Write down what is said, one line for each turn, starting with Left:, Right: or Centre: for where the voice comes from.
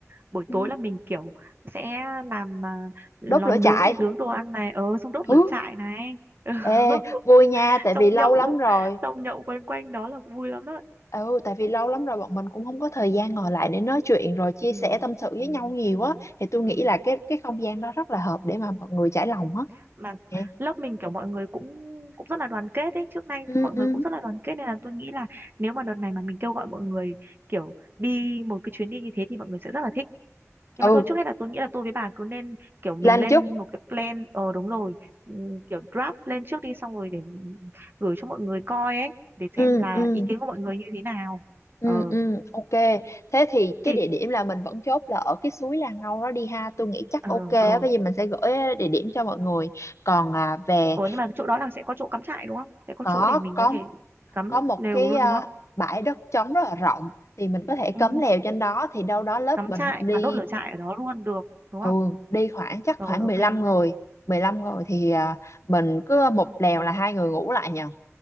Right: buổi
Left: ừ.
Right: tối là mình kiểu sẽ làm à, lò
Left: đốt lửa
Right: nướng
Left: trại
Right: này nướng đồ ăn này ờ xong đốt lửa
Left: ừ
Right: trại này Ừ. <laughs>
Left: Ê, vui nha, tại
Right: xong
Left: vì lâu
Right: nhậu
Left: lắm rồi.
Right: xong nhậu quanh quanh đó là vui lắm đó
Left: Ừ, tại vì lâu lắm rồi bọn mình cũng không có thời gian ngồi lại để nói chuyện rồi chia
Right: ừ,
Left: sẻ tâm sự với
Right: ừ,
Left: nhau nhiều
Right: ừ,
Left: á. Thì tôi
Right: ừ,
Left: nghĩ là cái cái không gian đó rất là hợp để mà mọi người trải lòng
Right: ừ.
Left: á.
Right: mà
Left: Nè.
Right: lớp mình kiểu mọi người cũng cũng rất là đoàn kết ấy trước nay
Left: Ừ,
Right: mọi
Left: ừ.
Right: người cũng rất là đoàn kết nên là tôi nghĩ là nếu mà đợt này mà mình kêu gọi mọi người kiểu đi một cái chuyến đi như thế thì mọi người sẽ rất là thích nhưng
Left: Ừ,
Right: mà thôi trước hết là tôi nghĩ là tôi với bà cứ nên kiểu mình
Left: Lan
Right: lên
Left: Chúc.
Right: một cái plan ờ đúng rồi ừm, kiểu draft lên trước đi xong rồi để gửi cho mọi người coi ấy để
Left: Ừ,
Right: xem là
Left: ừ,
Right: ý kiến của mọi người như thế nào
Left: ừ,
Right: ờ
Left: ừ, ok. Thế thì cái
Right: thì
Left: địa điểm là mình vẫn chốt là ở cái suối Là Ngâu đó đi ha. Tôi nghĩ chắc
Right: ờ
Left: ok á,
Right: ờ
Left: cái gì mình sẽ gửi địa điểm cho mọi người. Còn à, về
Right: ủa nhưng mà chỗ đó là sẽ có chỗ cắm trại đúng không sẽ có
Left: có
Right: chỗ để mình
Left: có
Right: có thể cắm
Left: có một
Right: lều
Left: cái
Right: luôn
Left: ờ,
Right: đúng không
Left: bãi đất trống rất là rộng thì mình có thể
Right: ừ
Left: cấm lều trên đó thì đâu đó lớp
Right: cắm
Left: mình
Right: trại
Left: đi
Right: và đốt lửa trại ở đó luôn được đúng
Left: ừ
Right: không
Left: đi khoảng chắc
Right: rồi
Left: khoảng
Right: ok
Left: 15 người 15 người thì ờ, mình cứ một lều là hai người ngủ lại nhờ